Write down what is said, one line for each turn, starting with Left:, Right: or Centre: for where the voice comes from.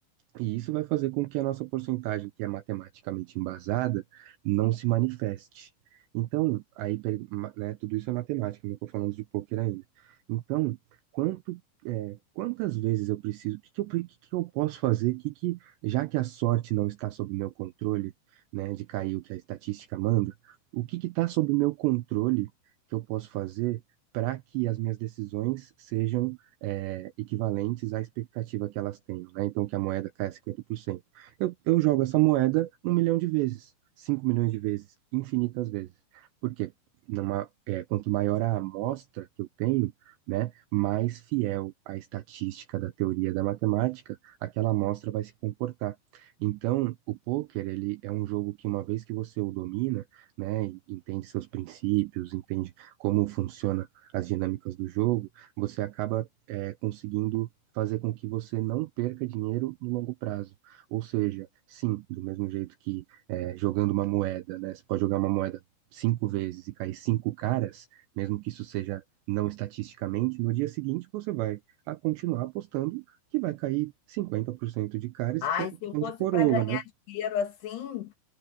Right: E isso vai fazer com que a nossa porcentagem, que é matematicamente embasada, não se manifeste. Então, aí, per- ma- né, tudo isso é matemática, não estou falando de poker ainda. Então, quanto, é, quantas vezes eu preciso, o que que eu, pre- o que que eu posso fazer, que que, já que a sorte não está sob meu controle, né, de cair o que a estatística manda, o que que está sob meu controle que eu posso fazer para que as minhas decisões sejam é, equivalentes à expectativa que elas tenham, né? Então, que a moeda caia 50%. Eu, eu jogo essa moeda um milhão de vezes, cinco milhões de vezes, infinitas vezes. Porque numa, é, quanto maior a amostra que eu tenho, né, mais fiel à estatística da teoria da matemática, aquela amostra vai se comportar. Então, o poker, ele é um jogo que uma vez que você o domina, né, e entende seus princípios, entende como funciona as dinâmicas do jogo, você acaba é, conseguindo fazer com que você não perca dinheiro no longo prazo. Ou seja, sim, do mesmo jeito que é, jogando uma moeda, né? Você pode jogar uma moeda cinco vezes e cair cinco caras, mesmo que isso seja não estatisticamente, no dia seguinte você vai a continuar apostando que vai cair 50% de cara e
Left: Ai,
Right: cinquenta
Left: se
Right: por
Left: eu
Right: cento
Left: fosse
Right: de coroa,
Left: para ganhar
Right: né?
Left: dinheiro assim,